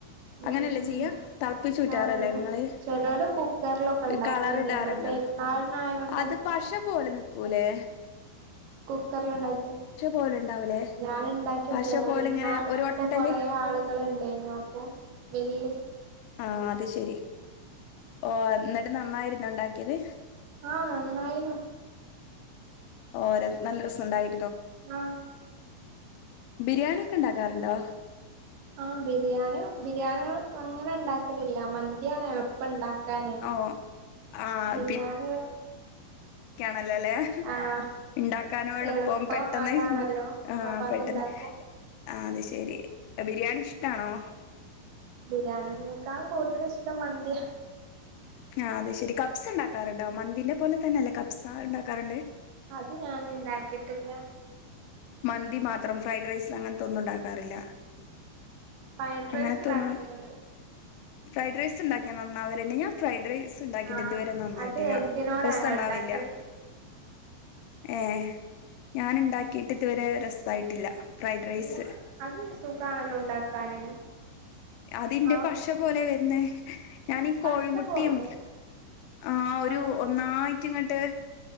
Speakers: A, on the left; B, on the right.
A: അങ്ങനെയല്ലേ
B: ഉം ഉം
A: ചെയ്യ തിളപ്പിച്ചു ഊറ്റു
B: ആഹ് അങ്ങനെ
A: ലിങ്ങള്
B: ചെലോല് കുക്കറിലൊക്കെ ഉണ്ടാക്കലുണ്ട്
A: കളരിടാറുണ്ടോ
B: നമ്മൾ പെരുന്നാളിനായോണ്ട്
A: അത് പശ പോലത്തെ നക്കൂലെ
B: കുക്കറിൽ ഉണ്ടാക്കിയ
A: പോലെ ഉണ്ടാവൂലേ
B: ഞാൻ ഉണ്ടാക്കി വെക്കില്ല
A: പശ
B: ങ്ങള്
A: പോലെ
B: പെ രുന്നാളിനുമ്പോ
A: ഇങ്ങനെ ഒരു ഒട്ടല്
B: കൊറ- ആളുകളുമായി നു അപ്പൊ വലിയ
A: ആ അത് ശെരി ഓ എന്നിട്ട് നന്നായിരുന്നു ഉണ്ടാക്കിയത്.
B: ആ നന്നായിരുന്നു
A: ഓ ര നല്ല രസമുണ്ടായി
B: ആ
A: ബിരിയാണിയൊക്കെ ഉണ്ടാക്കാറുണ്ടോ?
B: ആ ബിരിയാണി ബിരിയാണിയ അങ്ങനെ ഉണ്ടാക്കലില്ല മന്തിയാണ് എളുപ്പണ്ടാക്ക. ക്കാന
A: ഓ ആഹ്
B: ബിരിയാണി
A: നല്ലല്ലേ
B: ആഹ്
A: ഉണ്ടാക്കാനുംഎ ളുപ്പം
B: എളുപ്പം
A: പെട്ടെന്ന്
B: അതാണല്ലോ
A: ആ
B: അപ്പൊ അത്ണ്ടാക്കും
A: പെട്ടെന്ന് ആ അത് ശെരി ബിരിയാണി ഇഷ്ടാണോ
B: ബിരിയാണി നിക്കാള് കൂടുതല് ഇഷ്ടം മന്തിയാ
A: ആ അതെ ശരി കപ്സ് ഉണ്ടാക്കാറുണ്ടോ മന്തിനെ പോലെ തന്നെ അല്ലേ കപ്സഉണ്ടാക്കാറുണ്ട്
B: അത് ഞൻ ഉണ്ടാക്കിട്ടില്ല.
A: മന്തി മാത്രം ഫ്രൈഡ് റൈസ് അങ്ങനത്തൊന്നും ഉണ്ടാക്കാറില്ല.
B: ഫൈഡ്
A: അങ്ങനത്തൊന്നും
B: റൈസ് ഉണ്ടാക്കലുണ്ട്.
A: ഫ്രൈഡ് റൈസ് ഉണ്ടാക്കിയ നന്നാവലു ണ്ട് ഞാൻ ഫ്രൈഡ് റൈസ് സ് ഉണ്ടാക്കിട്ട്
B: ആഹ്
A: ഇതുവരെ നന്നായിട്ടില്ല
B: അത് എഗ്ഗിനോടാ
A: രസം
B: ഞങ്ങൾ
A: ഉണ്ടാവില്ല.
B: ഉണ്ടാക്കല്
A: ഏ ഞാൻ ഉണ്ടാക്കിട്ട് ഇതുവരെ രസായിട്ടില്ല ഫ്രൈഡ് റൈസ്
B: ഇല്ലാ അത് സുഖാണല്ലോ ഉണ്ടാക്കാന്
A: അതിന്റെ
B: ആഹ്
A: പശ പോലെ വരുന്നെ ഞാനീ കോഴിമുട്ടയും
B: പശ പോലെ
A: ആ ഒരു
B: ആഹ്
A: ഒന്നായിട്ട് ഇങ്ങോട്ട്